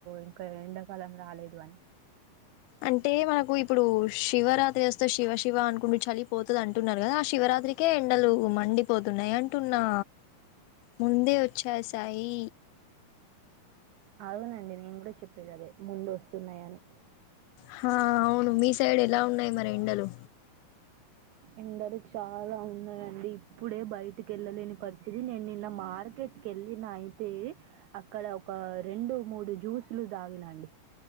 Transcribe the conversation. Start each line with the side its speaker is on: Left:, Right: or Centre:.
Right: ఇంకా ఎండాకాలం రాలేదు అని
Left: అంటే మనకు ఇప్పుడు శివరాత్రి వస్తే శివ శివ అనుకుంట చలిపోతది అంటున్నారు కదా ఆ శివరాత్రికే ఎండలు మండిపోతు న్నాయి అంటున్నా ముందే వచ్చేశాయి
Right: అవునండి నేను కూడా చెప్పేది అదే ముందు వస్తున్నాయ అని
Left: హా అవును మీ సైడ్ ఎలా ఉన్నాయి మరి ఎండలు
Right: ఎండలు చాలా ఉన్నాయండి ఇప్పుడే బయటికి ఏళ్ళలేని పరిస్థితి నేను నిన్న మార్కెట్కి కెళ్ళిన అయితే అక్కడ ఒక రెండు మూడు జ్యూసులు దాగినండి